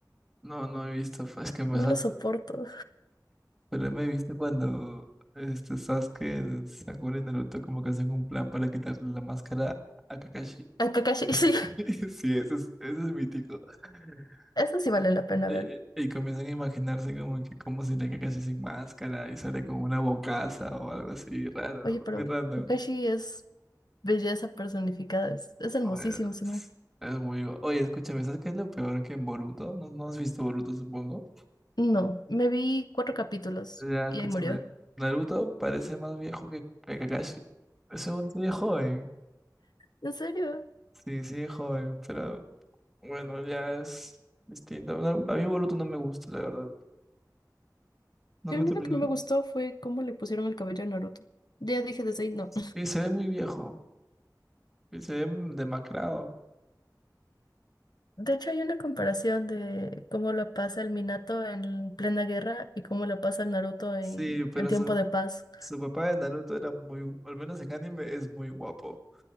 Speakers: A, in the centre; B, on the left.
A: No, no he visto, <laughs> es que me
B: No
A: salto.
B: lo soporto.
A: Pero me viste cuando este Sasuke, eh, Sakura y Naruto como que hacen un plan para quitarle la máscara a Kakashi.
B: A Kakashi, <laughs> sí,
A: <laughs> Sí, eso es, eso es mítico. <laughs>
B: eso sí vale la pena
A: Y,
B: ver.
A: y comienzan a imaginarse como que cómo sería Kakashi sin máscara y sale como una bocaza o algo así raro,
B: Oye, pero
A: muy random.
B: Kakashi es belleza personificada, es, es hermosísimo
A: Oye,
B: ese
A: Es,
B: man.
A: es muy... Oye, escúchame, ¿sabes qué es lo peor que en Boruto? No, no has visto Boruto, supongo.
B: No, me vi cuatro capítulos
A: Ya, ya,
B: y
A: escúchame.
B: ahí murió.
A: Naruto parece más viejo que, que Kakashi. Según sigue joven.
B: ¿En serio?
A: Sí, sigue joven, pero bueno, ya es distinto. No, a mí Boruto no me gusta, la verdad. No
B: Yo
A: me
B: a mí
A: terminó.
B: lo que no me gustó fue cómo le pusieron el cabello a Naruto. Ya dije desde ahí, no.
A: Sí, se ve muy viejo. Y se ve demacrado.
B: De hecho, hay una comparación de cómo la pasa el Minato en plena guerra y cómo la pasa el Naruto en,
A: Sí, pero
B: en tiempo
A: su,
B: de paz.
A: su papá de Naruto era muy, al menos en anime, es muy guapo.